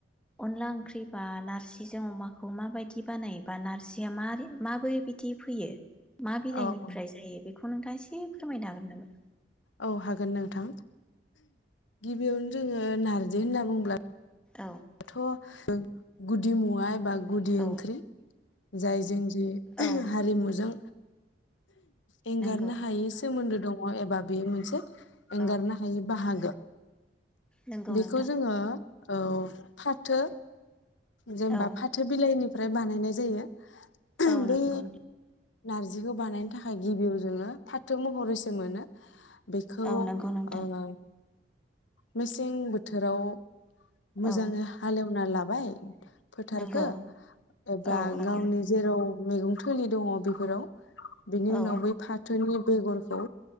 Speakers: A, in the centre; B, on the left.
A: अनला ओंख्रि बा नारजिजों अमाखौ मा बायदि दि बानायोबा नारजिया मारै माबोरै बिदि फैयो? मा बिलाइनिफ्राय
B: औ औ
A: जायो? बेखौ नोंथाङा एसे फोरमायनो हागोन नामा?
B: औ हागोन नोंथां। गिबियावनो जोङो नारजि होनना बुंब्ला
A: औ।
B: दाथ' गुदि मुवा एबा गुदि
A: औ
B: ओंख्रि। जाय जोंनि जि
A: औ नंगौ
B: हारिमुजों
A: नोंथां
B: एंगारनो
A: नंगौ
B: हायै सोमोन्दो दङ एबा बे मोनसे एंगारनो
A: औ
B: हायि बाहागो।
A: नंगौ
B: बेखौ
A: नोंथां
B: जोङो औ। फाथो। जेनबा
A: औ
B: फाथो बिलाइनि फ्राय बानायनाय जायो।
A: औ नंगौ
B: बे नार्जिखौ बानायनो थाखाय गिबियाव जोङो फाथो महरैसो मोनो बेखौ
A: औ
B: ओ
A: नंगौ नोंथां
B: मेसें बोथोराव मोजाङै
A: औ
B: हालेव ना लाबाय फोथारखो
A: नंगौ
B: एबा
A: औ नंगौ
B: गावनि जेराव मैगं थोलि दङ बेफोराव बिनि उनाव
A: औ
B: बै फाथोनि बेगरखौ